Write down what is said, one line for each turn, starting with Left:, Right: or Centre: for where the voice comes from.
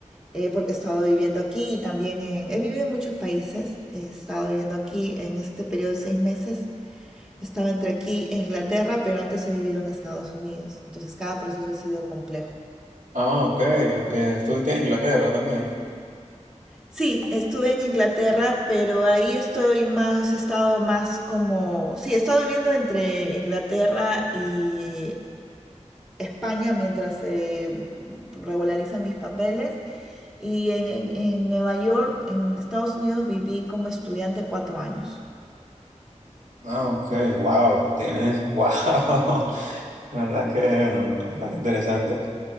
Centre: eh, porque he estado viviendo aquí y también en... He vivido en muchos países, he estado viviendo aquí en este periodo de seis meses. Estaba entre aquí e Inglaterra, pero antes he vivido en Estados Unidos. Entonces cada proceso ha sido complejo.
Right: Ah, ok, eh, estuviste en Inglaterra también.
Centre: Sí, estuve en Inglaterra, pero ahí estoy más, he estado más como, sí, he estado viviendo entre Inglaterra y España mientras se regularizan mis papeles. Y en, en- en Nueva York, en Estados Unidos, viví como estudiante cuatro años.
Right: Ah, ok, wow, tienes, wow, <laughs> la verdad que, bueno, bastante interesante.